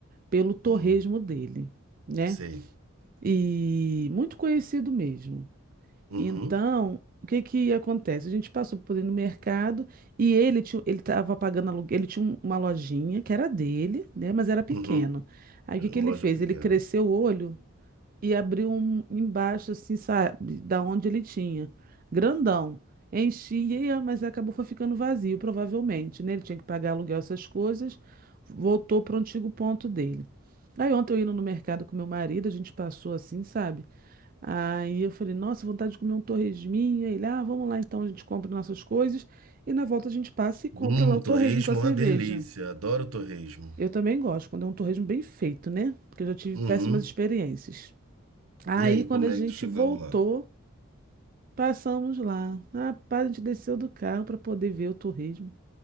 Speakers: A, on the right (about 40°); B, on the right (about 75°).
A: pelo torresmo
B: hum,
A: dele, né?
B: sei.
A: E muito conhecido mesmo.
B: Uhum,
A: Então, o que que acontece? A gente passou por ele no mercado e ele tinha, ele estava pagando aluguel, ele tinha um- uma lojinha que era dele, né? Mas era pequeno.
B: uhum.
A: Aí o
B: É
A: que
B: uma
A: que ele
B: Loja
A: fez?
B: pequena.
A: Ele cresceu o olho e abriu um embaixo, assim, sabe, da onde ele tinha. Grandão. Enchia, mas acabou foi ficando vazio, provavelmente, né? Ele tinha que pagar aluguel, essas coisas. Voltou para o antigo ponto dele. Aí ontem eu indo no mercado com meu marido, a gente passou assim, sabe? Aí eu falei, nossa, vontade de comer um torresminha. Ele, ah, vamos lá então, a gente compra nossas coisas. E na volta a gente passa e compra
B: Hum,
A: lá o torresmo
B: torresmo
A: com a cerveja.
B: é uma delícia. Adoro torresmo.
A: Eu também gosto, quando é um torresmo bem feito, né? Porque eu já tive
B: Uhum.
A: péssimas experiências. Aí,
B: E aí,
A: quando
B: como
A: a
B: é
A: gente
B: que chegando
A: voltou,
B: lá?
A: passamos lá. Rapaz, a gente desceu do carro para poder ver o torresmo.